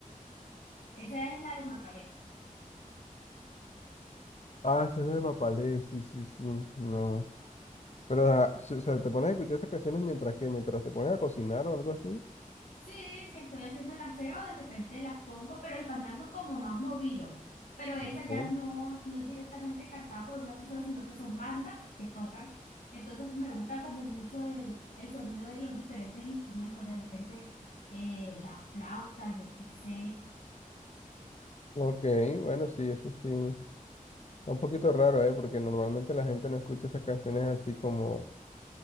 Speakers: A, on the left (about 80°); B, on the left (about 50°).
A: esa es la de Mapalé.
B: Ah, esa es de Mapalé, sí, sí, sí, no. Pero, ah, s- o sea, te pones a escuchar esas canciones mientras que, mientras te pones a cocinar o algo así.
A: Sí, si estoy haciendo el aseo, de repente las pongo, pero el fandango es como más movido. Pero esa
B: Ujú.
A: ya no, no es directamente cantada por una persona, sino que son bandas que tocan. Entonces me gusta como mucho el, el sonido de los diferentes instrumentos, de repente eh, la flauta, yo qué sé.
B: Ok, bueno, sí, eso sí. Está un poquito raro, ¿eh? Porque normalmente la gente no escucha esas canciones así como